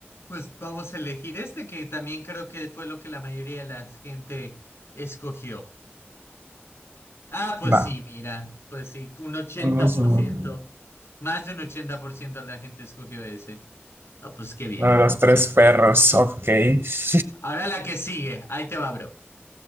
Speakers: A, on the left; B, on the right.
A: Pues vamos a elegir este que también creo que fue lo que la mayoría de la gente escogió. Ah, pues
B: Va.
A: sí, mira, pues sí, un ochenta
B: Unos,
A: por
B: mm,
A: ciento, más de un 80% de la gente escogió ese. Ah, pues qué bien.
B: Uno de los tres perros, ok. <laughs>
A: Ahora la que sigue, ahí te va, bro.